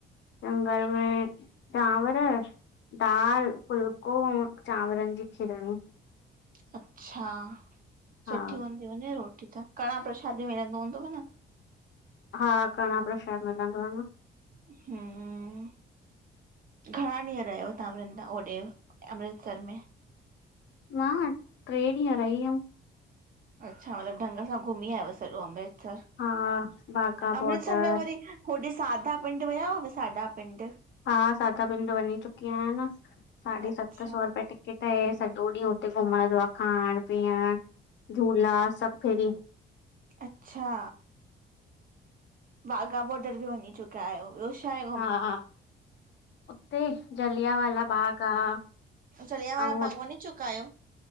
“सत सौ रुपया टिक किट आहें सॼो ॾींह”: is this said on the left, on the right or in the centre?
Left